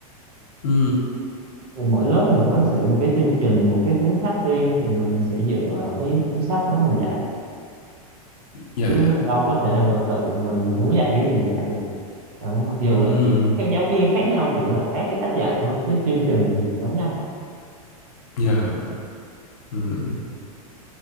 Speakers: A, on the left; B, on the right.
A: Ừ.
B: thì mỗi lớp thì có sẽ một cái chương trình một cái cuốn sách riêng thì mình sẽ dựa vào cái cuốn sách đó mình dạy
A: Dạ
B: chứ
A: dạ.
B: đâu có thể nào mà tự mình muốn dạy thì mình dạy được Ờ, mặc dù
A: Ừm,
B: là chỉ các giáo viên khác nhau chỉ là khác cái cách dạy thôi chứ chương trình thì giống nhau
A: dạ dạ. Ừm,